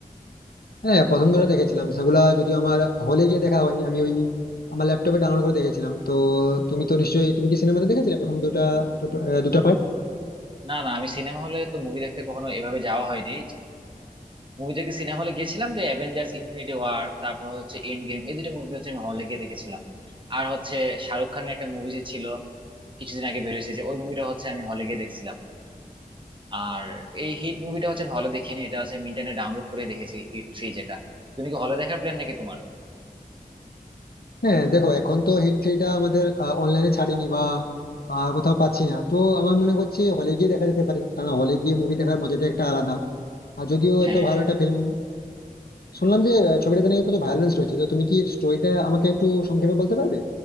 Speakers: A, on the left (about 85°); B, on the right (about 35°).
A: হ্যাঁ প্রথম দুটো দেখেছিলাম সেগুলা যদিও আমার হলে গিয়ে দেখা হয়নি আমি ওই আমার ল্যাপটপে ডাউনলোড করে দেখেছিলাম তো তুমি তো নিশ্চয়ই তুমি কি সিনেমাতে দেখেছিলে প্রথম দুটা দুটা পার্ট
B: না না আমি সিনেমা হলে তো মুভি দেখতে কখনো এভাবে যাওয়া হয়নি মুভি দেখে সিনেমা হলে গিয়েছিলাম যে অ্যাভেঞ্জার্স ইনফিনিটি ওয়ার তারপর হচ্ছে এন্ড গেম এই দুটো মুভি হচ্ছে আমি হলে গিয়ে দেখেছিলাম আর হচ্ছে শাহরুখ খানের একটা মুভি যে ছিল কিছুদিন আগে বের হয়েছে যে ওই মুভিটা হচ্ছে আমি হলে গিয়ে দেখছিলাম আর এই হিট মুভিটা হচ্ছে আমি হলে দেখিনি এটা হচ্ছে আমি ইন্টারনেট ডাউনলোড করে দেখেছি হিট থ্রি যেটা তুমি কি হলে দেখার প্ল্যান নাকি তোমার
A: হ্যাঁ দেখো এখন তো হিট থ্রিটা আমাদের অনলাইনে ছাড়েনি বা আহ, কোথাও পাচ্ছি না তো আমার মনে করছি হলে গিয়ে দেখা যেতে পারে কারণ হলে গিয়ে মুভি দেখার মজাটা একটা আলাদা আর যদিও
B: হ্যাঁ
A: এত ভালো
B: হ্যাঁ
A: একটা ফিল্ম শুনলাম যে আহ, ছবিটাতে নাকি প্রচুর ভায়োলেন্স রয়েছে তো তুমি কি স্টোরিটা আমাকে একটু সংক্ষেপে বলতে পারবে